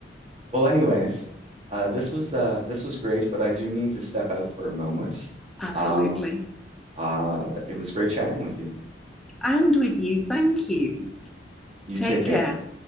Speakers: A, on the right; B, in the centre.
A: well, anyways, uh, this was uh this was great, but I do need to step out for a moment.
B: Absolutely.
A: Um, uh, it was great chatting with you.
B: And with you, thank you.
A: You
B: Take
A: take care.
B: care.